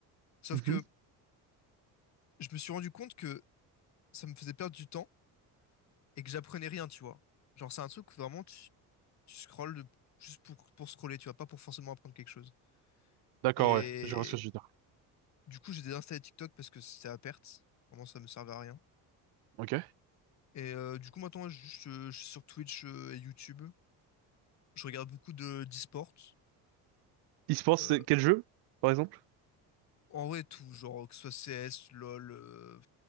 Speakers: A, on the left; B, on the right.
A: Sauf
B: Mhm.
A: que je me suis rendu compte que ça me faisait perdre du temps et que j'apprenais rien, tu vois. Genre, c'est un truc où vraiment tu, tu scrolles de- juste pour, pour scroller, tu vois, pas pour forcément apprendre quelque chose.
B: D'accord,
A: Et
B: ouais, je vois ce que tu veux dire.
A: du coup, j'ai désinstallé TikTok parce que c'était à perte. Vraiment, ça me servait à rien.
B: Ok.
A: Et euh, du coup, maintenant, je, je- je suis sur Twitch euh, et YouTube. Je regarde beaucoup de d'e-sport.
B: E-sport, c'est
A: Euh,
B: quel jeu, par exemple?
A: en vrai, tout, genre, que ce soit CS, LoL, euh,